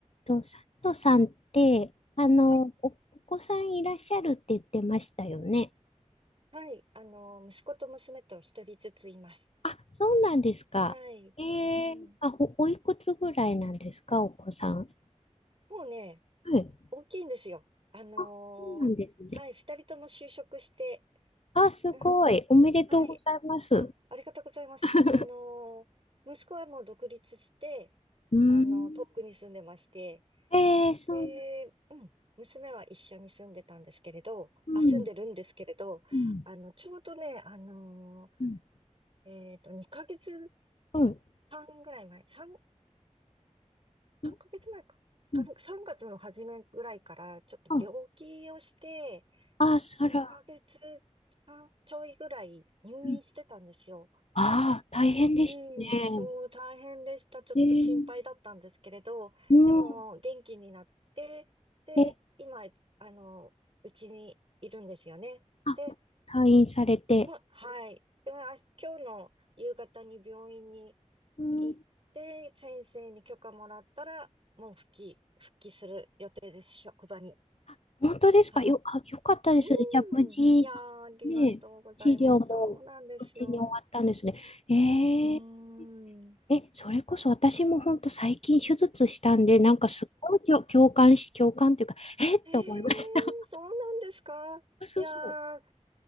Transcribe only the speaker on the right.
はい、
はい、あの、息子と娘と一人ずついます。
はい、
うん。
もうね、
大きいんですよ。あのーはい、
二人とも就職して、
うん、
はい。あ、ありがとうございます。
あのー息子はもう独立して、
あの、遠くに住んでまして、
で、うん、娘は一緒に住んでたんですけれど、
あ、住んでるんですけれど、
あの、ちょうどね、あの
ーえっと、2ヶ月半ぐらい前、
3、ん ?3
ヶ月前か。3、
月の初めぐらいから、ちょっと病気をして、
2ヶ月んちょいぐらい入院してたんですよ。
うん、そう、大変でした。ちょっと心配だったんですけれど、
でも、元気になって、で、
今、あの、うちにいるんですよね。
で、
もう、はい。でも、あ、今日の夕方に病院に
行って、先生に許可もらったら、もう復帰、復帰する予定です、職場に。
はい。
うん。
いやー、
ありがとうございます。
そうなんですよ。
うーん。
えー、
そうなんですか。
いやー、